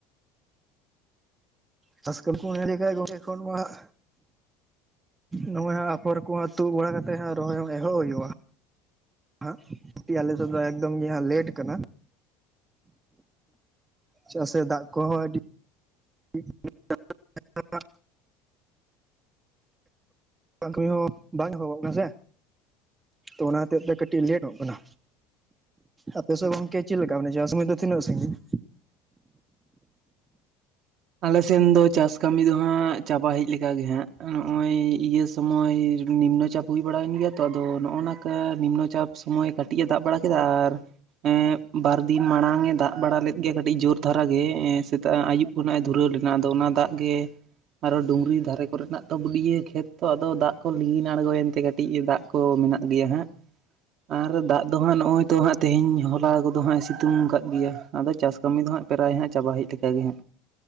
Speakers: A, on the right; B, on the right.
A: ᱪᱟᱥ ᱠᱟᱢᱤ ᱠᱚ ᱞᱟᱹᱭ ᱞᱮᱠᱷᱟᱡ ᱜᱚᱝᱠᱮ ᱮᱠᱷᱚᱱ ᱢᱟᱦᱟᱜ ᱱᱚᱜᱼᱚᱭ ᱦᱟᱸᱜ ᱟᱯᱷᱚᱨ ᱠᱚᱦᱚᱸ ᱛᱩᱫ ᱵᱟᱲᱟ ᱠᱟᱛᱮᱜ ᱦᱟᱸᱜ ᱨᱚᱦᱚᱭ ᱦᱚᱸ ᱮᱦᱚᱵ ᱦᱩᱭᱩᱜᱼᱟ᱾ ᱦᱟᱸᱜ ᱠᱟᱴᱤᱡ ᱟᱞᱮᱥᱮᱱ ᱫᱚ ᱮᱠᱫᱚᱢ ᱜᱮ ᱦᱟᱸᱜ ᱞᱮᱴ ᱠᱟᱱᱟ᱾ ᱪᱮᱫᱟᱜ ᱥᱮ ᱫᱟᱜ ᱠᱚᱦᱚᱸ ᱟᱹᱰᱤ <unintelligible> ᱠᱟᱹᱢᱤ ᱦᱚᱸ ᱵᱟᱝ ᱮᱦᱚᱵᱚᱜ ᱠᱟᱱᱟ ᱥᱮ ᱛᱚ ᱚᱱᱟ ᱦᱚᱛᱮᱡ ᱛᱮ ᱠᱟᱹᱴᱤᱡ ᱞᱮᱴᱚᱜ ᱠᱟᱱᱟ᱾ ᱟᱯᱮ ᱥᱮᱫ ᱜᱚᱝᱠᱮ ᱪᱮᱫ ᱞᱮᱠᱟ ᱢᱮ ᱢᱟᱱᱮ <unintelligible> ᱥᱚᱢᱚᱭ ᱫᱚ ᱛᱤᱱᱟᱹᱜ ᱥᱟᱺᱜᱤᱧᱟ?
B: ᱟᱞᱮᱥᱮᱱ ᱫᱚ ᱪᱟᱥ ᱠᱟᱹᱢᱤ ᱫᱚ ᱦᱟᱸᱜ ᱪᱟᱵᱟ ᱦᱮᱡ ᱞᱮᱠᱟ ᱜᱮ ᱦᱟᱸᱜ᱾ ᱱᱚᱜᱼᱚᱭ ᱤᱭᱟᱹ ᱥᱚᱢᱚᱭ ᱱᱤᱢᱱᱚ ᱪᱟᱯ ᱦᱩᱭ ᱵᱟᱲᱟᱭᱮᱱ ᱜᱮᱭᱟ ᱛᱚ ᱟᱫᱚ ᱱᱚᱜᱼᱚ ᱱᱚᱝᱠᱟ ᱱᱤᱢᱱᱚ ᱪᱟᱯ ᱥᱚᱢᱚᱭ ᱠᱟᱹᱴᱤᱡ-ᱮ ᱫᱟᱜ ᱵᱟᱲᱟ ᱠᱮᱫᱟ ᱟᱨ ᱮᱸ ᱵᱟᱨᱫᱤᱱ ᱢᱟᱲᱟᱝ ᱮ ᱫᱟᱜ ᱵᱟᱲᱟ ᱞᱮᱫ ᱜᱮᱭᱟ ᱠᱟᱹᱴᱤᱡ ᱡᱳᱨ ᱫᱷᱟᱨᱟ ᱜᱮ ᱥᱮᱛᱟᱜ ᱟᱹᱭᱩᱵ ᱠᱷᱚᱱᱟᱜ ᱮ ᱫᱷᱩᱨᱟᱹᱣ ᱞᱮᱱᱟ, ᱟᱫᱚ ᱚᱱᱟ ᱫᱟᱜ ᱜᱮ ᱟᱨᱚ ᱰᱩᱝᱨᱤ ᱫᱷᱟᱨᱮ ᱠᱚᱨᱮᱱᱟᱜ ᱛᱚ ᱵᱩᱰᱭᱟᱹ ᱠᱷᱮᱛ ᱛᱚ ᱟᱫᱚ ᱫᱟᱜ ᱠᱚ ᱞᱤᱸᱜᱤᱱ ᱟᱬᱜᱚᱭᱮᱱ ᱛᱮ ᱠᱟᱹᱴᱤᱡ ᱫᱟᱜ ᱠᱚ ᱢᱮᱱᱟᱜ ᱜᱮᱭᱟ ᱦᱟᱸᱜ ᱟᱨ ᱫᱟᱜ ᱫᱚ ᱦᱟᱸᱜ ᱱᱚᱜᱼᱚᱭ ᱛᱚ ᱦᱟᱸᱜ ᱛᱮᱦᱮᱧ ᱦᱚᱞᱟ ᱠᱚᱫᱚ ᱦᱟᱸᱜ-ᱮ ᱥᱤᱛᱩᱝ ᱟᱠᱟᱫ ᱜᱮᱭᱟ, ᱟᱫᱚ ᱪᱟᱥ ᱠᱟᱹᱢᱤ ᱫᱚ ᱦᱟᱸᱜ ᱯᱨᱟᱭ ᱦᱟᱸᱜ ᱪᱟᱵᱟ ᱦᱮᱡ ᱞᱮᱠᱟ ᱜᱮ᱾